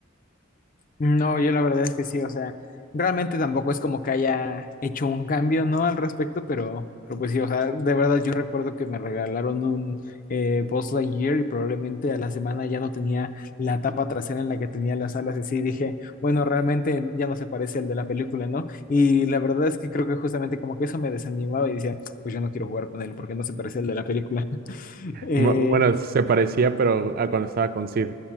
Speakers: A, on the left; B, on the right.
A: No, yo la verdad es que sí, o sea, realmente tampoco es como que haya hecho un cambio, ¿no? Al respecto, pero, pero pues sí, o sea, de verdad yo recuerdo que me regalaron un eh, Buzz Lightyear y probablemente a la semana ya no tenía la tapa trasera en la que tenía las alas, así dije, bueno, realmente ya no se parece al de la película, ¿no? Y la verdad es que creo que justamente como que eso me desanimaba y decía, pues yo no quiero jugar con él porque no se parece al de la película. <laughs> Eh,
B: Bu- Bueno, se parecía, pero a cuando estaba con Sid.